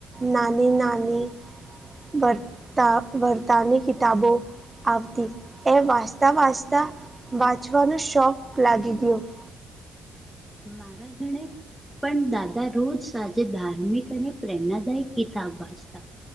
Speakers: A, on the right; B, in the centre.
A: નાની નાની બતા બરતાની કિતાબો આવતી એ વાંચતા વાંચતા વાંચવાનો શોખ લાગી ગયો. હ <unintelligible>
B: મારાધણે પણ દાદા રોજ સાંજે ધાર્મિક અને પ્રેરણાદાયક કિતાબ વાંચતા